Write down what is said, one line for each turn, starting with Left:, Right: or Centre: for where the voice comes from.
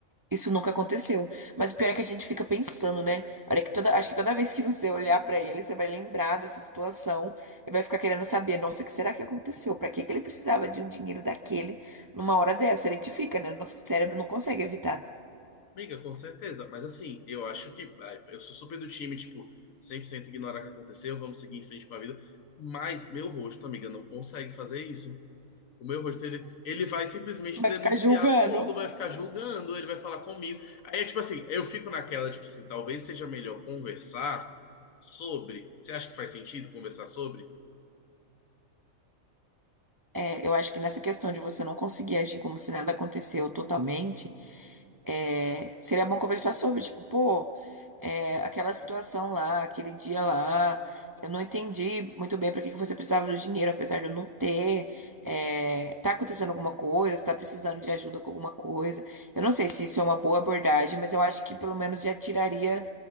Right: isso nunca aconteceu. Mas o pior é que a gente fica pensando, né? Olha que toda, acho que toda vez que você olhar pra ele, você vai lembrar dessa situação e vai ficar querendo saber, nossa, o que será que aconteceu? Pra que que ele precisava de um dinheiro daquele numa hora dessa? A gente fica, né? Nosso cérebro não consegue evitar.
Left: Amiga, com certeza. Mas assim, eu acho que. ai, eu sou super do time, tipo, 100% ignorar o que aconteceu, vamos seguir em frente com a vida. Mas meu rosto, amiga, não consegue fazer isso. O meu rosto, ele, ele vai simplesmente
Right: Vai
Left: denunciar
Right: ficar julgando.
Left: tudo, vai ficar julgando, ele vai falar comigo. Aí é tipo assim, eu fico naquela, tipo assim, talvez seja melhor conversar sobre. Você acha que faz sentido conversar sobre?
Right: É, eu acho que nessa questão de você não conseguir agir como se nada aconteceu totalmente, é, seria bom conversar sobre, tipo, pô, é, aquela situação lá, aquele dia lá, eu não entendi muito bem para que que você precisava do dinheiro, apesar de eu não ter, é, tá acontecendo alguma coisa, você tá precisando de ajuda com alguma coisa. Eu não sei se isso é uma boa abordagem, mas eu acho que pelo menos já tiraria